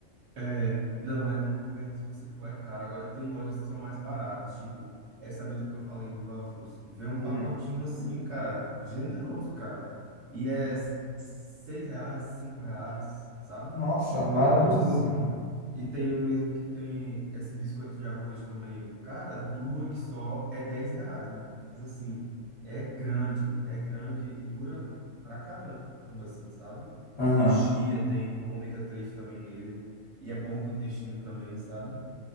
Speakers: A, on the right (about 65°); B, on the left (about 30°).
A: É, não, é Mundo Verde, se você for, é caro. Agora tem lojas que são mais baratas, tipo essa mesmo que eu falei do Ruffles. Vê um
B: Uhum.
A: pacotinho assim, cara, generoso, cara. E é seis reais, cinco reais, sabe?
B: Nossa, maravilhoso.
A: Pacote Nossa. E tem um mesmo que tem esse biscoito de arroz também. Cara, dura que só, é 10 reais, mas assim, é grande, é grande e dura pra caramba, assim, sabe?
B: Aham.
A: E tem chia, tem ômega 3 também nele, e é bom pro intestino também, sabe?